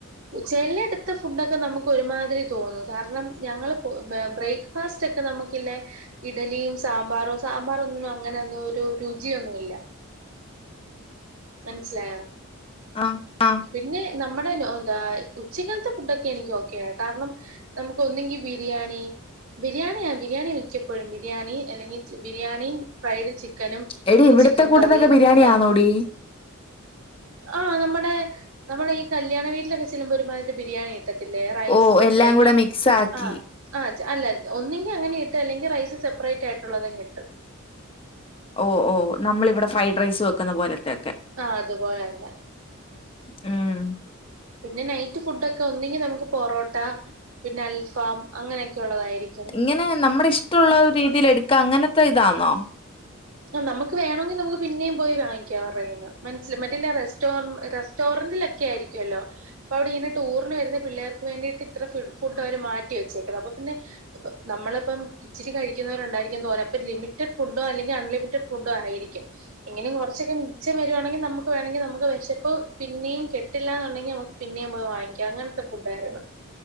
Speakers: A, on the right; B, on the left.
A: ചെല്ലെട്ത്ത് ഫുഡൊക്കെ നമുക്ക് ഒരുമാതിരി തോന്നും കാരണം ഞങ്ങള് പോ ബ്രേക്ക് ഫസ്റ്റ് ഒക്കെ നമുക്കില്ലേ ഇഡലിയും സാമ്പാറും സാമ്പാറൊന്നും അങ്ങനൊന്നും ഒരു രുചിയൊന്നുല്ല
B: <inaudible>
A: മനസ്സിലായോ?
B: അ അ
A: പിന്നെ നമ്മുടെ എന്താ ഉച്ചകത്തെ ഫുഡൊക്കെ എനിക്ക് ഓക്കെ കാരണം നമുക്ക് ഒന്നെങ്കി ബിരിയാണി ബിരിയാണിയ ആ ബിരിയാണി മിക്കപ്പോഴും ബിരിയാണി അല്ലെങ്കിൽ ബിരിയാണി ഫ്രൈഡ് ചിക്കനും
B: എടി
A: പിന്നെ
B: ഇവിടത്തെ
A: ചിക്കൻ
B: കൂട്ടത്തൊക്കെ
A: കറി
B: ബിരിയാണിയാന്നോടി
A: അങ്ങനെയൊക്കെ ആ നമ്മുടെ നമ്മള ഈ കല്യാണ വീട്ടിലൊക്കെ ചെല്ലുമ്പോൾ ഒരുമാതിരി ബിരിയാണി കിട്ടത്തില്ലേ റൈസ്
B: ഓ
A: സെപ്പറേറ്റും
B: എല്ലാം കൂടെ മിക്സ് ആക്കി
A: ആ ആ അല്ല ഒന്നെങ്കിൽ അങ്ങനെ ഇട്ടും അല്ലെങ്കിൽ റൈസ് സെപ്പറേറ്റ് ആയിട്ടുള്ളതെ കിട്ടും
B: ഓ ഓ നമ്മള ഇവിടെ ഫ്രൈഡ് റൈസ് വെക്കുന്ന പോലത്തെ ഒക്കെ
A: ആഹ് അതുപോലെന്നെ
B: ഉം
A: പിന്നെ നൈറ്റ് ഫുഡ് ഒക്കെ ഒന്നെങ്കി നമക്ക് പൊറോട്ട പിന്നെ അൽഫാം അങ്ങനെയൊക്കെ ഉള്ളതായിരിക്കും
B: ഇങ്ങനെ നമ്മടെ ഇഷ്ടള്ള രീതിൽ എടുക്കാ അങ്ങൻത്തെ ഇതാന്നോ?
A: നമക്ക് വേണമെങ്കി നമുക്ക് പിന്നേം പോയി വാങ്ങിക്കാം അവര്ടെ കൈയ്യിന് മനസ്സ മറ്റ് റെസ്റ്റോറ റെസ് റസ്റ്റോറണ്ടിലൊക്കെ ആയിരിക്കുമല്ലോ അപ്പ അവിടെ ഇങ്ങന ടൂറി വരുന്ന പിള്ളേർക്ക് വേണ്ടിട്ട് ഇത്ര ഫുഡ് അവർ മാറ്റി ച്ചേക്കുന്ന അപ്പൊ പിന്നെ നമ്മളിപ്പം ഇച്ചിരി കഴിക്കുന്നവരുണ്ടായിരിക്കും തോന്നെ അപ്പ ലിമിറ്റഡ് ഫുഡോ അല്ലെങ്ക ഫുഡ് ആയിരിക്കും എങ്ങനെ കുറച്ചൊക്കെ മിച്ചം വരുവാണെങ്കിൽ നമുക്ക് വേണമെങ്കിൽ നമുക്ക് വിശപ്പ് പിന്നെയും കിട്ടും പ <unintelligible> എന്നുണ്ടെങ്കിൽ നമുക്ക് പിന്നെയും പോയി വാങ്ങിക്കാം അങ്ങനത്തെ ഫുഡ് ആയിരുന്നു